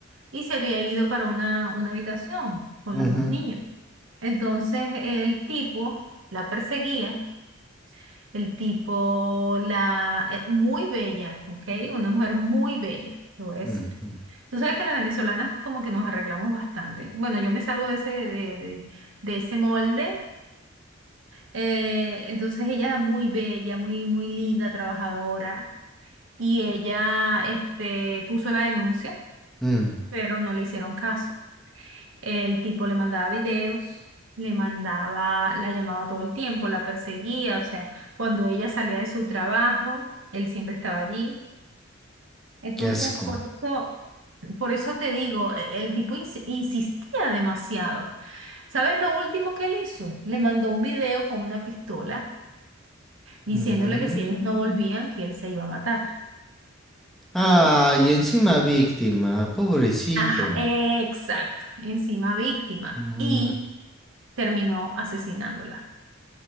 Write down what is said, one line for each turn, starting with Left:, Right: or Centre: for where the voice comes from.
Right: y se había ido para una, una habitación con
Centre: ujú,
Right: los dos niños. Entonces el tipo la perseguía, el tipo la... eh, muy bella, ¿ok? Una mujer muy bella, te voy a decir.
Centre: ujú,
Right: Tú sabes que las venezolanas como que nos arreglamos bastante. Bueno, yo me salgo de ese, de, de- de ese molde. eh, entonces ella muy bella, muy, muy linda, trabajadora. Y ella, este, puso la denuncia,
Centre: mm.
Right: pero no le hicieron caso. El tipo le mandaba videos, le mandaba, la llamaba todo el tiempo, la perseguía, o sea, cuando ella salía de su trabajo, él siempre estaba allí. Entonces,
Centre: Qué asco.
Right: por eso, por eso te digo, e- el tipo ins- insistía demasiado. ¿Sabes lo último que él hizo? Le mandó un video con una pistola diciéndole
Centre: Mm.
Right: que si ellos no volvían, que él se iba a matar,
Centre: Ay,
Right: ¿sabes?
Centre: encima víctima, pobrecito.
Right: Ajá, exacto, encima víctima
Centre: Mm,
Right: y terminó asesinándola.